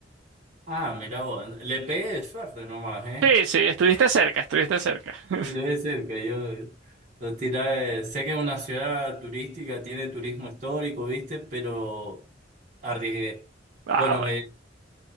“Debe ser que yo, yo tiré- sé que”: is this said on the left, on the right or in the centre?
Right